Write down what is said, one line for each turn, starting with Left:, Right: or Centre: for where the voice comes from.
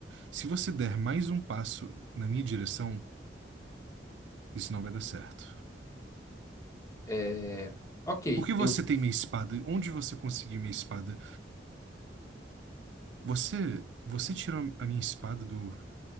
Right: Se você der mais um passo na minha direção, isso não vai dar certo.
Left: É... Ok,
Right: Por que você
Left: eu, f-
Right: tem minha espada? Onde você conseguiu minha espada? Você, você tirou a minha espada do